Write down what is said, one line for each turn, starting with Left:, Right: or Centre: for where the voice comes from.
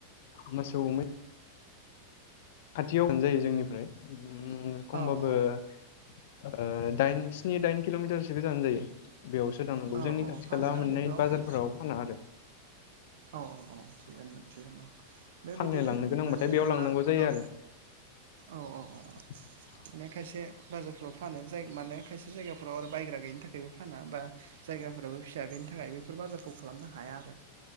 Left: मोसौ थियाव होनजायो जोंनिफ्राय उम खमबाबो
Right: औ औ
Left: ओ दाइन स्नि दाइन किल'मिटारसो गोजान जायो। बेयावसो दांनांगौ
Right: औ
Left: जोंनि
Right: औ
Left: खाथि
Right: फानोना
Left: खाला मोननाय
Right: बेफोरावहाय
Left: बाजारफोराव फाना आरो
Right: अ औ थिगोनो दं थिगोनो दं बे
Left: फाननो
Right: बिदिनो
Left: लांनो गोनांबाथाय
Right: जेनेबा
Left: बेयाव लांनांगौ जायो
Right: औ
Left: आरो
Right: औ औ
Left: <inaudible>
Right: औ माने खायसे बाजारफोराव फानो जाय माने खायसे जायगाफोराव आरो बायग्रा गैयिनि थाखायबो फाना बा जायगाफोराबो फिसा बेनि थाखाय बेफोर बाजारखौ खालामनो हाया आरो